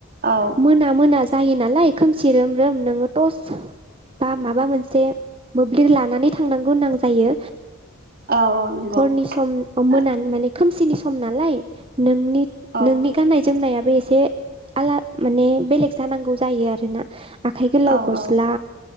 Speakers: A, on the right; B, on the right.
A: औ
B: मोना मोना जायो नालाय खोमसि रोम-रोम नोङो टस बा माबा मोनसे मोब्लिब लानानै थांनांगौनां जायो।
A: औ नंगौ
B: हरनि सम मोनानि
A: औ
B: माने खोमसिनि सम नालाय नोंनि
A: औ
B: नोंनि गाननाय जोमनाया से आला माने बेलेग जानांगौ जायो आरोना। आखाइ गोलाव
A: औ
B: गस्ला
A: औ